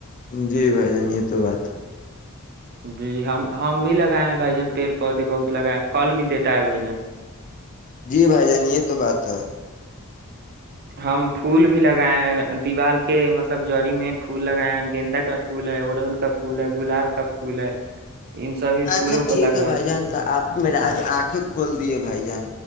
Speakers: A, on the left (about 35°); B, on the right (about 45°).
A: جی بھائی جان یہ تو بات ہے
B: جی ہم ہم بھی لگائے ہیں بھائی جان پیڑ پودے بہت لگائے ہیں پھل بھی دیتا ہے بھائی جان
A: جی بھائی جان یہ تو بات ہے
B: ہم پھول بھی لگائے ہیں دیوار کے مطلب جڑی میں پھول لگائے ہیں گیندا کا پھول ہے اڑہول کا پھول ہے گلاب کا پھول ہے ان سبھی
A: اچھا
B: پھولوں کو
A: ٹھیک
B: لگائے
A: ہے بھائی
B: ہیں
A: جان تو آپ میرے آج آنکھیں کھول دیے بھائی جان